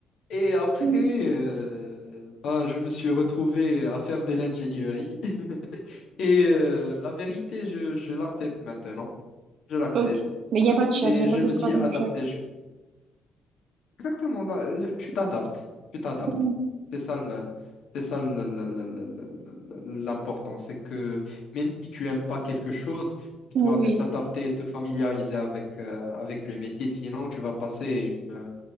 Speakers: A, on the left; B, on the right.
A: Et après,
B: Ok.
A: euh, bah, je me suis retrouvé à faire de l'ingénierie. <laughs> Et euh, la vérité, je, je l'accepte maintenant. Je l'accepte.
B: Ok. Mais il n'y a pas de choc,
A: Et
B: il n'y a
A: je
B: pas de
A: me
B: troisième
A: suis adapté.
B: choc.
A: Exactement, bah, je- tu t'adaptes, tu t'adaptes.
B: Oui,
A: C'est ça le- c'est ça le- le- le- le- le- le- le- l'important, c'est que même si tu aimes pas quelque chose, tu
B: oui.
A: dois t'adapter, te familiariser avec, euh, avec le métier, sinon tu vas passer une, euh,